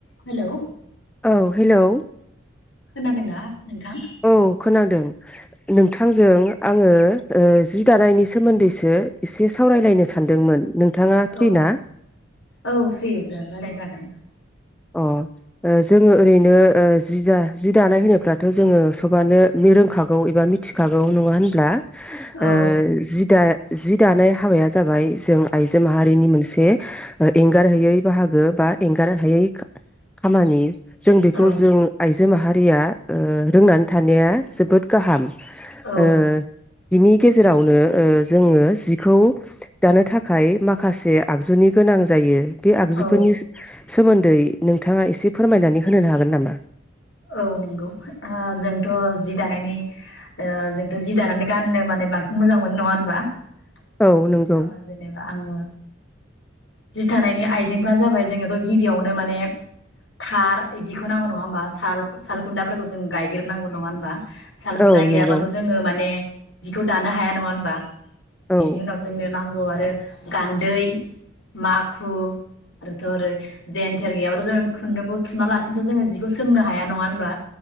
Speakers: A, on the left; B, in the centre.
A: Hello
B: औ hello
A: खोनादोंना नोंथां?
B: औ खोनादों। नोंथांजों आङो ओ जि दानायनि सोमोन्द दैसो इसे सावरायलायनो सानदोंमोन। नोंथाङा फ्रि
A: औ
B: ना
A: औ फ्रि रायलाय जागोन।
B: अ ओ जोङो ओरैनो ओ जि जा जि दानाय होनोब्लाथ' जोङो सबानो रोंखागौ एबा मिथिखागौ नङा होनब्ला? ओ
A: औ
B: जि दा जि दानाय हाबाया जाबाय जों आइजो माहारिनि मोनसे ओ एंगारहायै बाहागो बा एंगारहायै खा खामानि जों बेखौ
A: औ
B: जों आइजो माहा रिया ओ रोंनानै थानाया जोबोद गाहाम।
A: औ
B: ओ बिनि गेजेरावनो ओ जोङो जिखौ दानो थाखाय माखासे आगजुनि गोनां जायो थिग बे आगजुफोरनिस
A: औ
B: सोमोन दै नोंथाङा इसे फोरमायनानै होनोन हागोन नामा?
A: औ नोंगौ ओ जोंथ' जि दानायनि ओ जोंथ' जि दानानै गाननो माने बांसिन मोजां मोनो नङा ओनबा?
B: औ
A: बेनि
B: नंगौ
A: सायाव जेनेबा आङो जि थानायनि आइजेंफ्रानो जाबाय जोङोथ' गिबियावनो माने थार इदिखौ नांगौ नङा होमबा? थाल सालखुन्थाफोरखौ जों गायग्रोनांगौ नङा ओनबा? सालखुन्था
B: औ
A: गैयाबाथ'
B: नंगौ
A: जोङो माने जिखौ दानो हाया नङा होनबा?
B: औ
A: बेनि उनाव जोंनो नांगौ आर आरो गान्दै माखु आरोथ' ओरै जेेनथेर गैयाबाथ' जों खुन्दुंखौ थुना लासिनोथ' जोङो जिखौ सो सोंनो हाया नङा होनबा?